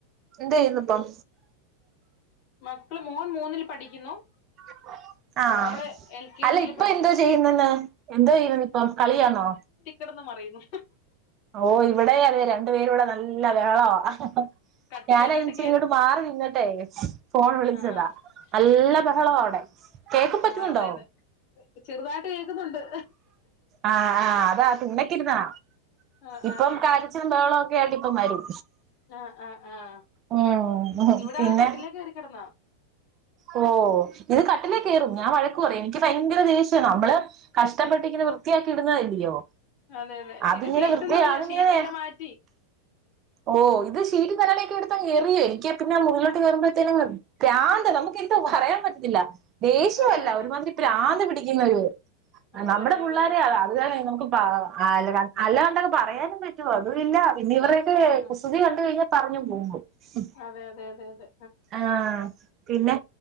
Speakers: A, on the right; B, on the left.
A: എന്തയ്യ്ന്ന്പ്പം?
B: മക്കള് മോൻ മൂന്നിൽ പഠിക്കുന്നു.
A: <inaudible> ആഹ്
B: മോള് എൽ കെ
A: അല്ല
B: ജിയിൽ
A: ഇപ്പൊ
B: പഠിക്കുന്നു
A: എന്തോ ചെയ്യുന്നന്ന്? എന്തോ ചെയ്യുന്ന ഇപ്പൊ കളിയാണോ?
B: കെടന്ന് മറയുന്നു.
A: ഓ ഇവിടെ അതെ രണ്ടു പേരൂടെ നല്ല ബഹളവാ.
B: കട്ടിലേലോട്ട്
A: ഞാൻയ്ച്ച
B: കേറി
A: ഇങ്ങട്ട് മാറി നിന്ന് ട്ടെ ഫോൺ വിളിച്ചതാ
B: ആഹ്
A: നല്ല ബഹളവാ
B: ആഹ്
A: അവിടെ കേക്കാൻ പറ്റുന്നുണ്ടോ?
B: ആഹ് അവിടെ അതെ ചെറുതായിട്ട് കേക്കുന്നുണ്ട്.
A: ആഹ് ആഹ് അതാ തിണക്കിരുന്നാ
B: ആഹ്
A: ഇപ്പം
B: ആഹ് ആഹ്
A: കാ ഒച്ചുംബഹളവും ക്കായിട്ട് ഇപ്പ വരും.
B: ആ ആ ആഹ്
A: ഉം
B: ഇവിടെണ്
A: പിന്നെ
B: കട്ടിലേ കേറി കടന്നാ
A: ഓ ഇത് കട്ടിൽ
B: ഉം
A: കെയറും ഞാൻ വഴക്ക് പറയും. എനിക്ക് ഭയങ്കര ദേഷ്യണ് നമ്മള് കഷ്ടപ്പെട്ടി ഇങ്ങനെ വൃത്തിയാക്കി ഇടുന്നതല്ലയോ.
B: അതെ അതെ
A: അതിങ്ങനെ
B: ഇത് ഷീറ്റൊന്നും
A: വൃത്തി
B: ഇല്ല
A: അതിങ്ങനെ
B: ഷീറ്റൊക്കെ മാറ്റി.
A: ഓ ഇത് ശീറ്റും തലയണക്കെ എടുത്തങ് എറിയോ. എനിക്കാ പിന്നെ മുകളിലോട്ട് കേയറുമ്പഴത്തേനും പ്രാന്ത നമുക്ക എന്താ പറയാൻ പറ്റുന്നില്ല ദേഷ്യല്ല
B: അതെ അതെ
A: ഒരുമാതിരി പ്രാന്ത പിടിക്കുന്ന ഒരു
B: അതെ
A: നമ്മുടെ
B: അതെ
A: പിള്ളോരെയ
B: അതെ അതെ
A: അത് തന്നെ നമുക്ക് പാവ അല്ല <unintelligible> അല്ല കണ്ടൊക്കെ പറയാനും പറ്റേ അതുല്ല പിന്നെ ഇവടെക്കെ
B: ആഹ്
A: കുസൃതി കണ്ട് കഴിഞ്ഞ പറഞ്ഞു പോക്കും ഉം.
B: അതെ അതെ അതെ അതെ.
A: ആഹ്. പിന്നെ